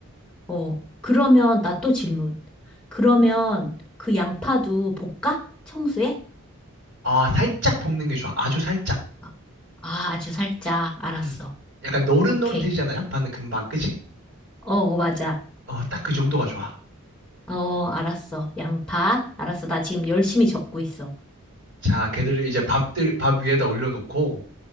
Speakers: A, in the centre; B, on the right.
A: 어. 그러면 나 또 질문. 그러면 그 양파도 볶아? 청소해?
B: 아 살짝 볶는 게 좋아. 아주 살짝.
A: 아, 아, 아주 살짝. 알았어.
B: 음. 약간 노릇노릇해지잖아.
A: 오케이.
B: 양파는 금방 그지?
A: 어, 어, 맞아.
B: 어딱 그 정도가 좋아.
A: 어, 알았어. 양파. 알았어. 나 지금 열심히 적고 있어.
B: 자 걔들을 이제 밥들 밥 위에다 올려놓고